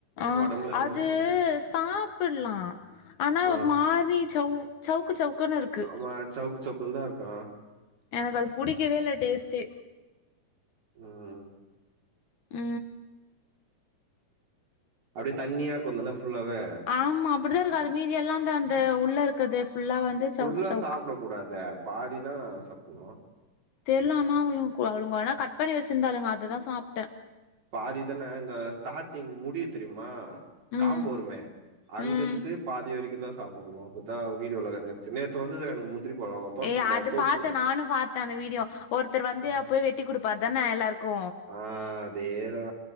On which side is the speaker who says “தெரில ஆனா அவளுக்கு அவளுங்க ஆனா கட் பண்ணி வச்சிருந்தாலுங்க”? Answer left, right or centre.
Left